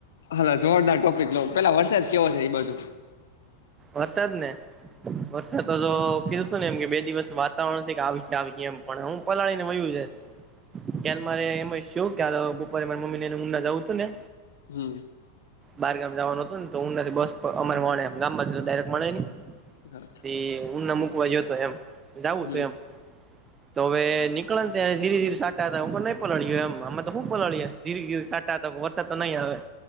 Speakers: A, on the left; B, on the right.
A: હાલા જોરદાર ટોપિક લોઉ પેલા વરસાદ કેવો છે એઈ બાજુ.
B: વરસાદ ને વરસાદ તો જો કીધુંતુ ને એમ કે બે દિવસ વાતાવરણ છે કે આવી આવી છે એમ પણ હું પલાળી ને વયું છે.
A: <unintelligible>
B: ત્યારે મારે એમ શું ત્યારે બપોરે મારે મમ્મી ને ઊંડા જવું હતું ને
A: હમ
B: બારગામ જવાનું હતું ને તો હું નથી બસ અમારે મળેમ ગામ માંથી તો ડાયરેક્ટ મળે નહી
A: હા.
B: ઊ ના મૂકવા જો તો એમ જાવું
A: હમ
B: હતું એમ તો હવે નીકળેને ત ધીરે ધી સાટા હતા હું નહી પલળયયો એમ આમે તો શું પલળીએે ધીરે ધી સાટા તો વરસાદ તો નહીં આવે